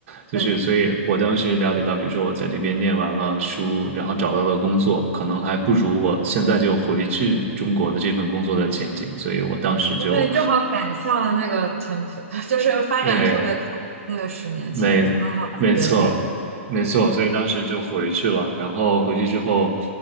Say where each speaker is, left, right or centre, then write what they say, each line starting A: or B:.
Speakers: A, on the right (about 45°); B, on the right (about 80°).
A: 就是，
B: 对，
A: 所以我当时了解到，比如说我在这边念完了书，然后找到了工作，可能还不如我现在就回去中国的这份工作的前景，所以我当时就，
B: 我觉得你正好赶上了那个腾飞，<laughs> 就是发展特别快那个十年，
A: 对，没没错，
B: 其实很好的决定。
A: 没错，所以当时就回去了。然后回去之后，